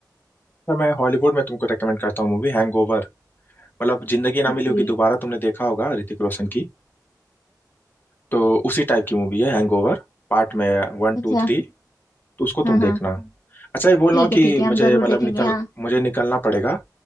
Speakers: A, on the left (about 30°); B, on the left (about 60°).
A: अच्छा, मैं हॉलीवुड में तुमको रेकमेंड करता हूँ मूवी हैंगओवर मतलब जिंदगी ना मिली
B: ओके
A: होगी दोबारा तुमने देखा होगा ऋतिक रोशन की तो उसी टाइप की मूवी है हैंगओवर पार्ट में वन
B: अच्छा
A: टू थ्री तो उसको
B: हाँ
A: तुम
B: हाँ
A: देखना अच्छा ये बोल रहा
B: ठीक
A: हूँ कि
B: है ठीक है
A: मुझे
B: हम जरूर
A: मतलब
B: देखेंगे
A: निकल
B: हाँ
A: मुझे निकलना पड़ेगा